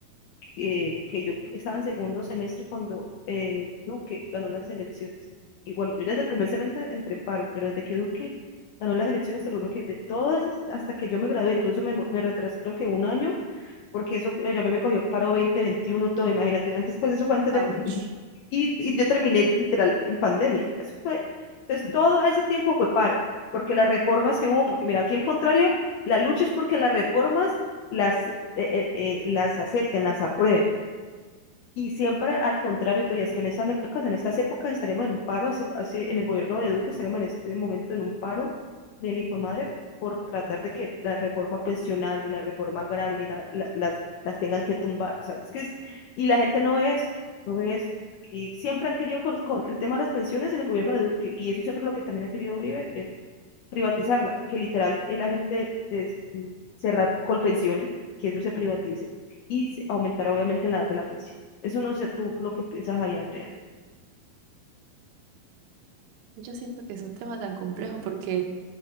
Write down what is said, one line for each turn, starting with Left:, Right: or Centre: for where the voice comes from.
Left: eh, que yo estaba en segundo semestre cuando eh, Duque ganó las elecciones. Y bueno, yo desde el primer semestre entré en paro, pero desde que Duque ganó las elecciones, te lo que de todas, es- hasta que yo me gradué, incluso me, mo- me retrasé creo que un año, porque eso eh, ya me cogió paro 2021 todo, imagínate, antes pues eso fue antes
Right: Ouch.
Left: de... Y, y yo terminé literal en pandemia. Eso fue, entonces todo ese tiempo fue paro, porque las reformas que hubo, porque mira, aquí al contrario, la lucha es porque las reformas las, eh, eh, eh, las acepten, las aprueben. Y siempre al contrario, todavía es que en estas épocas, en estas épocas estaremos en un paro, hace, hace, en el gobierno de Duque estaremos en este momento en un paro del hijo de madre por tratar de que la reforma pensional y la reforma agraria ni la, la, las, las tengan que tumbar, ¿sabes? Que es, y la gente no ve eso, no ve eso. Y siempre han querido con, con, el tema de las pensiones en el gobierno de Duque, y eso siempre es lo que también ha querido Uribe, es privatizarla, que literal eh, la gente de cerrar colpensiones, que eso se privatice y se- aumentar obviamente la edad de la pensión. Eso no sé tú lo que piensas ahí, Andrea.
Right: Yo siento que es un tema tan complejo porque